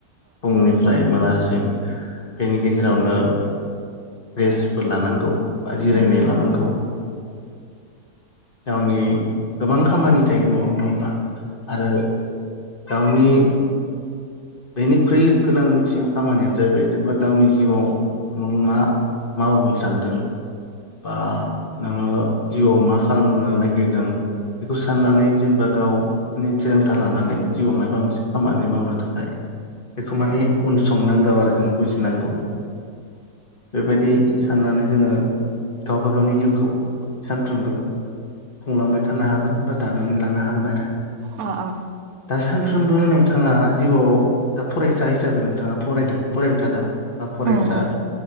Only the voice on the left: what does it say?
फुंनिफ्राय मोनासिम बेनि गेजेरावनो रेस्टबो लानांगौ। बा जिरायनाय
लानांगौ। गावनि गोबां खामानि थायो न'आव नङा होमबा आरो गावनि बेनिख्रुइ गोनांसिन खामानियानो जाहैबाय बा गावनि जिउआव नों मा मावगोन सानदों बा नोङो जिउआव मा खालामनो नागिरदों। बेखौ साननानै जेनेबा गावनि थिरोंथा लानानै जिउआव मायबा मोनसे खामानि मावनो थाखाय बेखौ माने उनसंनांगौ आरो जों बुजिनांगौ बेबायदि साननानै जोङो गावबागावनि जिउखौ सानफ्रोमबो खुंलांबाय थानो हागोन बा दानानै लानो हा हागोन आरो
दा सानफ्रोमबो नों थाङा जिउआव दा फरायसा हिसाबै नोंथाङा फरायदों फरायबाय थादों बा फरायसा